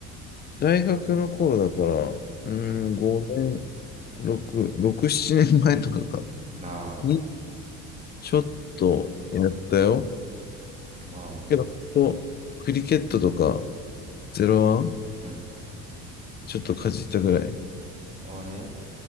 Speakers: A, on the left; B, on the right.
A: 大学の頃だから、うん、
B: うん。
A: 5年、6、6、7年前とかか、
B: あ
A: にちょっとやったよ。
B: あ、あ
A: けど、
B: あ、
A: ほんとクリケットとか、ゼロワン、
B: うん。
A: ちょっとかじったぐらい。
B: ああね。